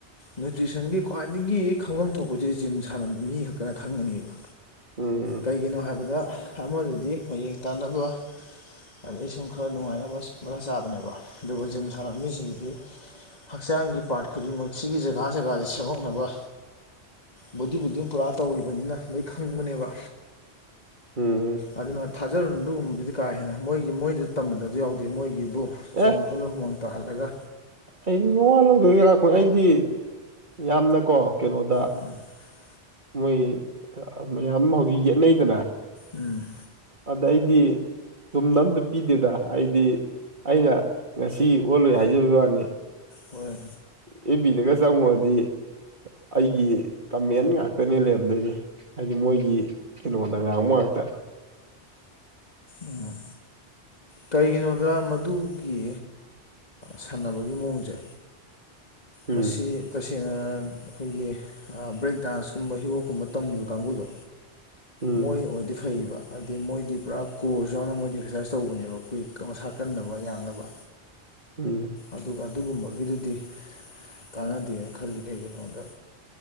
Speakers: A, on the left; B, on the right.
A: ꯅ꯭ꯌꯨꯇ꯭ꯔꯤꯁꯟꯒꯤ ꯈ꯭ꯋꯥꯏꯗꯒꯤ ꯈꯪꯐꯝ ꯊꯣꯛꯄꯁꯦ ꯖꯤꯝ ꯁꯥꯟꯅꯕ ꯃꯤ ꯈꯛꯇꯅ ꯈꯪꯒꯅꯦꯕ꯫
B: ꯎꯝ꯫
A: ꯀꯩꯒꯤꯅꯣ ꯍꯥꯏꯕꯗ ꯑꯃꯗꯗꯤ ꯃꯌꯦꯡ ꯇꯥꯅꯕ ꯑꯗꯩ ꯁꯨꯝ ꯈꯔ ꯅꯨꯡꯉꯥꯏꯅꯕ ꯃꯔꯥ ꯆꯥꯕꯅꯦꯕ ꯑꯗꯨꯒ ꯖꯤꯝ ꯁꯥꯃꯤꯁꯤꯡꯁꯤꯗꯤ꯫ ꯍꯛꯆꯥꯡꯒꯤ ꯄꯥꯔꯠ ꯈꯨꯗꯤꯡꯃꯛ ꯁꯤꯒꯤ ꯖꯒꯥ ꯖꯒꯥꯁꯦ ꯁꯦꯝꯃꯛꯅꯕ꫰꫰ ꯕꯣꯗꯤ ꯕꯤꯜꯗꯤꯡ ꯄꯨꯔꯥ ꯇꯧꯔꯤꯕꯅꯤꯅ ꯂꯣꯏ ꯈꯪꯕꯅꯦꯕ
B: ꯎꯝ
A: ꯑꯗꯨꯅ ꯊꯥꯖꯔꯨꯅꯨ ꯑꯗꯨꯒꯨꯝꯕꯗꯨꯗꯤ ꯀꯥ ꯍꯦꯟꯅ ꯃꯣꯏꯒꯤ ꯃꯣꯏꯗꯗꯤ ꯇꯝꯕꯗꯁꯨ ꯌꯥꯎꯗꯦ ꯃꯣꯏꯒꯤꯕꯨ ꯆꯣꯡ
B: ꯑꯦ
A: <unintelligible> ꯇꯍꯜꯂꯒ꯫
B: ꯑꯩꯗꯤ ꯃꯋꯥ ꯂꯧꯗꯕꯤ ꯂꯥꯛꯄꯅꯤ ꯑꯩꯗꯤ ꯌꯥꯝꯅꯀꯣ ꯀꯩꯅꯣꯗ
A: <unintelligible>
B: ꯃꯣꯏ ꯃꯌꯥꯝ ꯍꯧꯖꯤꯛ ꯌꯦꯠꯅꯩꯗꯅ꯫
A: ꯎꯝ꯫
B: ꯑꯗꯩꯗꯤ꯫ ꯆꯨꯝꯅ ꯑꯝꯇ ꯄꯤꯗꯦꯗ ꯑꯩꯗꯤ ꯑꯩꯅ ꯉꯁꯤ ꯑꯣꯜꯂꯨꯏ ꯍꯥꯏꯖꯕꯒꯤ ꯋꯥꯅꯤ꯫
A: ꯍꯣꯏ
B: ꯑꯦ ꯕꯤꯗꯒ ꯆꯪꯉꯨꯔꯗꯤ ꯑꯩꯒꯤ ꯀꯃꯦꯟ ꯉꯥꯛꯇ ꯇꯅꯤ ꯂꯩꯔꯝꯗꯣꯏꯁꯦ ꯍꯥꯏꯗꯤ ꯃꯣꯏꯒꯤ ꯀꯩꯅꯣꯗ ꯉꯥꯡꯕꯉꯥꯛꯇ꯫
A: ꯎꯝ ꯀꯩꯒꯤꯅꯣꯗ ꯃꯗꯨ ꯒꯤ ꯁꯥꯟꯅꯕꯒꯤ ꯃꯑꯣꯡꯁꯦ꯫
B: ꯎꯝ
A: ꯃꯁꯤ꯫ ꯇꯁꯦꯡꯅ ꯑꯩꯈꯣꯏꯒꯤ ꯕ꯭ꯔꯦꯛ ꯗꯥꯟꯁꯀꯨꯝꯕ ꯍꯤ ꯍꯣꯞ ꯀꯨꯝꯕ ꯇꯨꯝꯒꯤꯕ ꯀꯥꯡꯕꯨꯗꯣ꯫
B: ꯎꯝ
A: ꯃꯣꯏ ꯑꯣꯏꯗꯤ ꯐꯩꯕ꯫ ꯑꯗꯤ ꯃꯣꯏꯗꯤ ꯄꯨꯔꯥ ꯀꯣꯔꯁ ꯌꯥꯎꯅ ꯃꯣꯏꯗꯤ ꯑꯦꯛꯁꯔꯁꯥꯏꯁ ꯇꯧꯕꯅꯦꯕ ꯀꯨꯏ ꯃꯁꯥ ꯀꯟꯅꯕ ꯌꯥꯡꯅꯕ꯫
B: ꯎꯝ꯫
A: ꯑꯗꯨꯒ ꯑꯗꯨꯒꯨꯝꯕꯒꯤꯗꯨꯗꯤ꯫ ꯀꯥꯟꯅꯗꯦꯅ ꯈꯜꯂꯤ ꯀꯩꯒꯤꯅꯣꯗ꯫